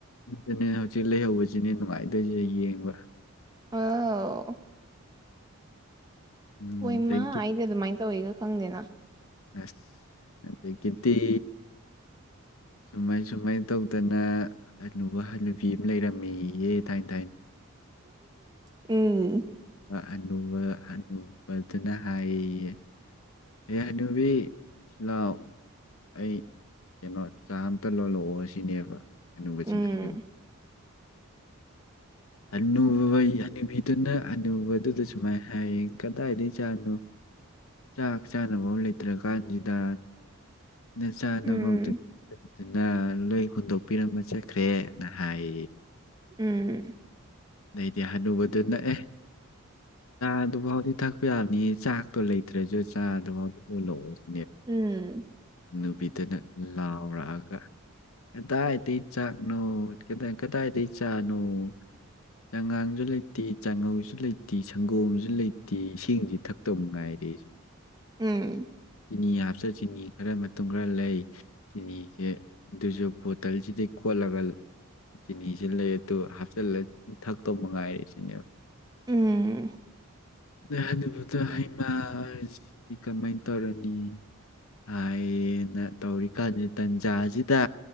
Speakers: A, on the left; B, on the right.
A: ꯑꯗꯨꯅꯦ ꯍꯧꯖꯤꯛ ꯂꯩꯍꯧꯕꯁꯤꯅꯦ ꯅꯨꯡꯉꯥꯏꯗꯣꯏꯁꯤ ꯌꯦꯡꯕ
B: ꯑ
A: ꯎꯝ
B: ꯍꯣꯏ
A: ꯑꯗꯒꯤ
B: ꯃꯥ ꯑꯩꯗ ꯑꯗꯨꯃꯥꯏꯅ ꯇꯧꯋꯤꯒ ꯈꯪꯗꯦꯅ
A: ꯑꯁ ꯑꯗ ꯒꯤꯗꯤ ꯁꯨꯃꯥꯏ ꯁꯨꯃꯥꯏ ꯇꯧꯗꯅ ꯍꯅꯨꯕ ꯍꯅꯨꯕꯤ ꯑꯝ ꯂꯩꯔꯝꯃꯤꯌꯦ ꯊꯥꯏꯅ
B: ꯎꯝ
A: ꯅ ꯑꯅꯨꯕꯗꯨꯅ ꯍꯥꯏꯌꯦ ꯑꯦꯌꯥ ꯅꯨꯕꯤ ꯆꯤꯜꯂꯥꯎ ꯑꯩ ꯀꯩꯅꯣ ꯆꯥ ꯑꯝꯇ ꯂꯣꯜꯂꯛꯑꯣ ꯑꯁꯤꯅꯦꯕ ꯑꯅꯨꯕꯁꯤꯅ
B: ꯎꯝ
A: ꯍꯥꯏ ꯅꯨꯃꯤ ꯑꯅꯨꯕ ꯑꯅꯨꯕꯤꯗꯨꯅ ꯑꯅꯨꯕꯗꯨꯗ ꯁꯨꯃꯥꯏꯅ ꯍꯥꯏꯌꯦꯡ ꯀꯗꯥꯏꯗꯒꯤ ꯆꯥꯠꯅꯣ ꯆꯥꯛ ꯆꯥꯅꯕ ꯂꯩꯇ꯭ꯔ ꯀꯥꯟꯁꯤꯗ ꯅ ꯆꯥꯅꯃꯧꯗ
B: ꯎꯝ
A: ꯑꯗꯨꯅ ꯂꯣꯏ ꯍꯨꯟꯗꯣꯛꯄꯤꯔꯝꯕ ꯆꯠꯈ꯭ꯔꯦꯅ ꯍꯥꯏ
B: ꯎꯝ
A: ꯅꯗꯤ ꯍꯅꯨꯕꯗꯨ ꯅꯛꯑꯦ ꯑꯗꯨꯐꯥꯎꯗꯤ ꯊꯛꯄ ꯌꯥꯕꯅꯤꯌꯦ ꯆꯥꯛꯇꯣ ꯂꯩꯇ꯭ꯔꯁꯨ ꯆꯥ ꯑꯗꯨꯐꯥꯎꯗꯤ ꯄꯨꯂꯛꯑꯣꯁ
B: ꯎꯝ
A: ꯅꯨꯕꯤꯗꯅ ꯂꯥꯎꯔꯛꯑꯒ ꯀꯗꯥꯏꯗꯒꯤ ꯆꯥꯛꯅꯣ ꯀꯗꯥꯏꯗꯒꯤ ꯆꯥꯅꯣ ꯆꯉꯥꯡꯁꯨ ꯂꯩꯇꯦ ꯆꯥꯉꯧꯁꯨ ꯂꯩꯇꯦ ꯁꯪꯒꯣꯝꯁꯨ ꯂꯩꯇꯦ ꯏꯁꯤꯡꯁꯤ ꯊꯛꯇꯕ ꯃꯉꯥꯏꯔꯦ ꯎ
B: ꯎꯝ
A: ꯆꯤꯅꯤ ꯍꯥꯞꯆ ꯆꯤꯅꯤ ꯈꯔ ꯃꯇꯨꯡ ꯈꯔ ꯂꯩ ꯆꯤꯅꯤꯁꯦ ꯑꯗꯨꯁꯨ ꯕꯣꯇꯜꯁꯤꯗꯩ ꯈꯣꯠꯂꯒ ꯆꯤꯅꯤꯁꯤ ꯂꯩ ꯑꯗꯨ ꯍꯥꯞꯆꯤꯜꯂ ꯊꯛꯇꯧꯕ ꯃꯉꯥꯏꯔꯦ ꯁꯤꯅꯦꯕ
B: ꯎꯝ
A: ꯑ ꯑꯗꯨꯕꯨꯗ ꯍꯩꯃꯁꯤꯗꯤ ꯀꯃꯥꯏꯅ ꯇꯧꯔꯅꯤ ꯍꯥꯏꯅ ꯇꯧꯔꯤꯀꯥꯟꯗ ꯇꯟꯖꯥꯁꯤꯗ